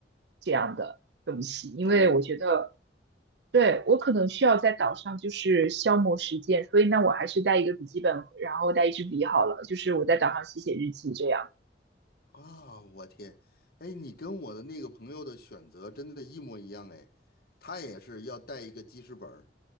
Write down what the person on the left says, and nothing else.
哦
啊，我天，哎，你跟我的那个朋友的选择真的一模一样哎，他也是要带一个记事本